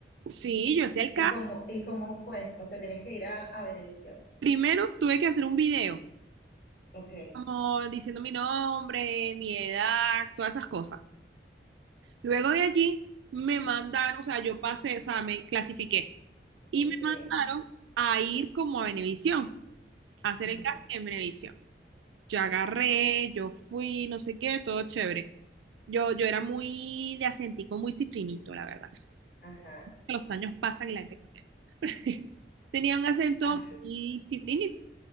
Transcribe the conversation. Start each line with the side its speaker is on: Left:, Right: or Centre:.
Right: Sí, yo hacía el casting.
Left: ¿Y cómo, y cómo fue? O sea, tienes que ir a, a Benedicción.
Right: Primero tuve que hacer un video,
Left: Ok,
Right: como diciendo mi nombre, mi edad, todas esas cosas. Luego de allí me mandaron, o sea, yo pasé, o sea, me clasifiqué y
Left: ok.
Right: me mandaron a ir como a Venevisión, a hacer
Left: ujú,
Right: el casting en Venevisión. Yo agarré, yo fui, no sé qué, todo chévere. Yo, yo era muy de acentico, muy cifrinito, la verdad.
Left: Ajá,
Right: Que Los años pasan y la gente cambia. <laughs> Tenía un acento
Left: ajá,
Right: muy cifrinito.